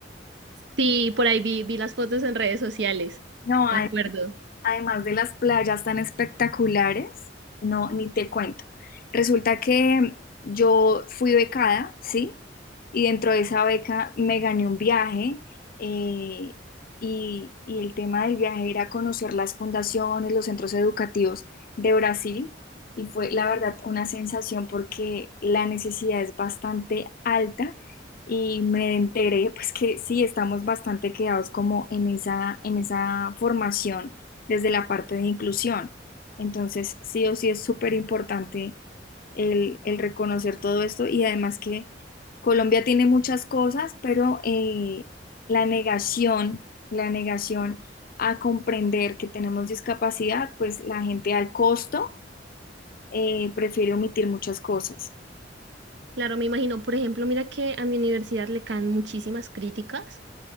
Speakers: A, on the right; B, on the left.
A: Sí, por ahí vi, vi las fotos en redes sociales.
B: No,
A: De acuerdo.
B: Además de las playas tan espectaculares, no, ni te cuento. Resulta que yo fui becada, ¿sí? Y dentro de esa beca me gané un viaje eh, y, y el tema del viaje era conocer las fundaciones, los centros educativos de Brasil y fue la verdad una sensación porque la necesidad es bastante alta y me enteré pues que sí, estamos bastante quedados como en esa, en esa formación desde la parte de inclusión. Entonces, sí o sí es súper importante el, el reconocer todo esto y además que Colombia tiene muchas cosas, pero eh, la negación, la negación a comprender que tenemos discapacidad, pues la gente al costo eh, prefiere omitir muchas cosas.
A: Claro, me imagino, por ejemplo, mira que a mi universidad le caen muchísimas críticas